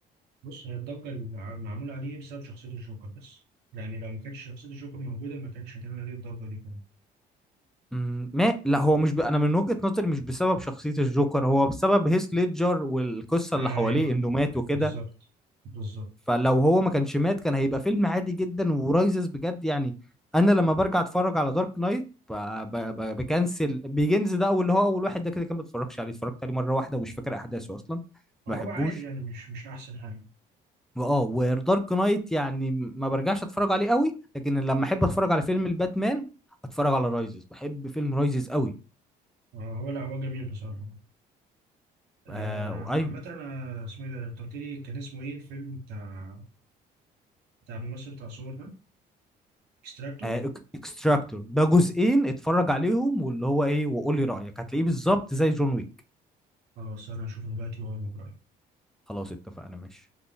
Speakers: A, on the right (about 75°); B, in the centre.
A: بص هي الضجة اللي ع- معمولة عليه بسبب شخصية الجوكر بس يعني لو ما كانتش شخصية الجوكر موجودة ما كانش هتعمل عليه الضجة دي كمان
B: أمم، ما لا هو مش ب... انا من وجهة نظري مش بسبب شخصية الجوكر هو بسبب هيث ليدجر والقصة اللي
A: أيوه
B: حواليه انه مات وكده
A: بالظبط بالظبط
B: فلو هو ما كانش مات كان هيبقى فيلم عادي جدا ورايزز بجد يعني انا لما برجع اتفرج على دارك نايت ب- ب- ب- بكنسل بيجنز ده اول اللي هو اول واحد ده كده كان ما اتفرجش عليه اتفرجت عليه مره واحده ومش فاكر احداثه اصلا
A: هو
B: ما بحبوش
A: عادي يعني مش مش أحسن حاجة
B: واه ودارك نايت يعني ما برجعش اتفرج عليه قوي لكن لما احب اتفرج على فيلم الباتمان اتفرج على رايزز بحب فيلم رايزز قوي
A: آه هو لا هو جميل بصراحة آه
B: آه
A: عامة
B: ايوه
A: أنا اسمه إيه ده أنت قلت لي كان اسمه إيه الفيلم بتاع بتاع الممثل بتاع صور ده؟ اكستراكتور
B: آه اكستراكتور ده جزئين اتفرج عليهم واللي هو ايه وقولي رايك هتلاقيه بالظبط زي جون ويك
A: خلاص أنا هشوفه دلوقتي وأقول لك رأيي
B: خلاص اتفقنا ماشي